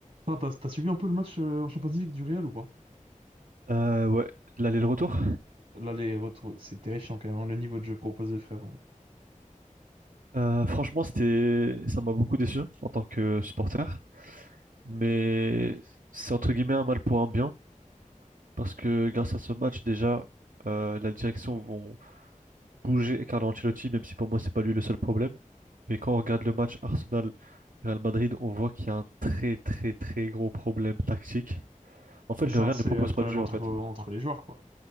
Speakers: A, on the right; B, on the right.
A: Putain, T'as t'as suivi un peu le match euh, en Champions League du Real ou pas?
B: Euh, ouais, l'aller-retour.
A: Là, les retours, c'est terrifiant quand même, hein, le niveau de jeu proposé, frère. euh.
B: Euh, franchement, c'était, ça m'a beaucoup déçu en tant que supporter, mais c'est entre guillemets un mal pour un bien parce que grâce à ce match déjà, euh, la direction vont bouger Carlo Ancelotti, même si pour moi c'est pas lui le seul problème. Mais quand on regarde le match Arsenal-Real Madrid, on voit qu'il y a un très très très gros problème tactique. En fait,
A: Mais
B: le
A: c'est
B: Real
A: un, c'est
B: ne propose
A: un problème
B: pas de jeu
A: entre,
B: en fait.
A: entre les joueurs, quoi.